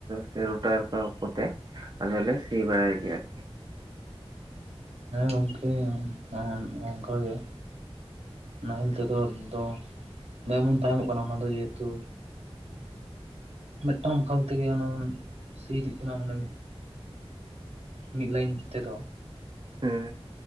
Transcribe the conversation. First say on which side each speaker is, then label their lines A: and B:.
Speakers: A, on the right; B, on the right.
A: ᱥᱮ ᱨᱳᱴᱟᱨ ᱠᱚ ᱠᱚᱛᱮ ᱟᱫᱚ ᱞᱮ ᱥᱤ ᱵᱟᱲᱟᱭ ᱜᱮᱭᱟ‌ ᱟᱨᱠᱤ᱾
B: ᱜᱚᱝᱠᱮ ᱚᱱ-ᱚᱱᱠᱟ ᱜᱮ᱾ ᱱᱟᱦᱮᱞ ᱛᱮᱫᱚ ᱫᱚ ᱫᱚᱢᱮ ᱵᱚᱱ ᱛᱟᱭᱚᱢᱚᱜ ᱠᱟᱱᱟ ᱚᱱᱟ ᱫᱚ ᱡᱮᱦᱮᱛᱩ ᱢᱤᱫᱴᱟᱝ ᱯᱷᱟᱞ ᱛᱮᱜᱮ ᱚᱱᱟ ᱫᱚ ᱥᱤ ᱤᱫᱤᱜ ᱠᱟᱱᱟ ᱢᱚᱱᱮ ᱢᱤᱫ ᱞᱟᱭᱤᱱ ᱛᱮᱫᱚ᱾
A: ᱦᱮᱸ᱾